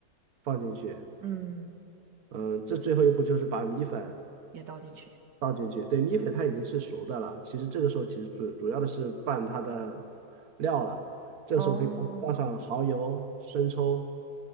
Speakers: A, on the right; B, on the right.
A: 放进去。
B: 嗯，
A: 嗯，这最后一步就是把米粉。
B: 也倒进去。
A: 倒进去，对，米粉它已经是熟的了。其实这个时候其实主主要的是拌它的料了。这时候可以倒上蚝油、
B: 哦，
A: 生抽，